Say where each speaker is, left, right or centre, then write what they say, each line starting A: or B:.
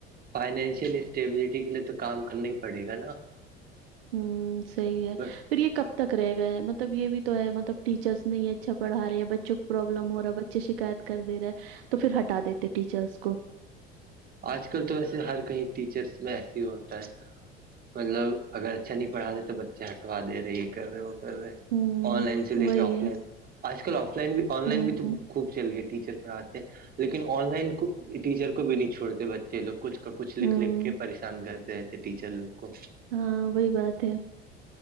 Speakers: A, on the right; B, on the right.
A: فائنینشیل اسٹیبلٹی کے لیے تو کام کرنا ہی پڑے گا نا
B: ہوں سی ہے
A: ہ
B: پھر یہ کب تک رہ گ ہے مطلب یہ بھی تو ہے مطلب ٹیچرس نہیں اچھا پڑھ رہے ہے بچوں کو پرابلم ہو رہا بے شکایت کر دے رہے تو پھر ہٹا دیتے ٹیچرس کو
A: آج کل تو ویسے ہر کہیں ٹیچرس میں ایس ہی ہوتا ہے مطلب اگر اچھا نہیں پڑا رہے تو بچے ہٹوا دے رہے یہ کر رہے وہ کر رہے
B: ہوں
A: آن لائن سے لے
B: وہی
A: کے آف
B: ہے
A: لائن آج کل آف لائن بھی آن
B: ہوں
A: لائن بھی تو خ چل گئے ٹیچر پڑھاتے لیکن آن لائن کو ٹیچر کو بھی نہیں چھوڑتے بچے جی جو کچھ کچھ لکھ
B: ہوں
A: لکھ کے پریشان کرتے رہ تھے ٹیچر لوگ کو
B: ہاں وہی بات ہے